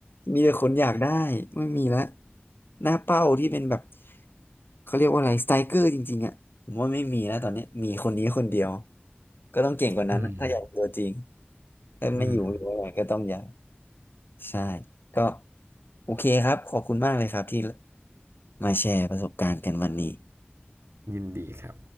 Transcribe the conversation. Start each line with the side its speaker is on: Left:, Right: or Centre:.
Left: มีแต่คนอยากได้ไม่มีแล้วหน้าเป้าที่เป็นแบบเขาเรียกว่าอะไรสไตรเกอร์จริงๆอ่ะผมว่าไม่มีแล้วตอนนี้มีคนนี้คนเดียวก็ต้องเก่งกว่านั้นอะถ้าอยากตัวจริง
Right: อืม
Left: ถ้าไม่อยู่หรือย่ไม่ไหวก็ต้องย้าย
Right: อืม
Left: ใช่ก็โอเคครับขอบคุณมากเลยครับที่มาแชร์ประสบการณ์กันวันนี้
Right: ยินดีครับ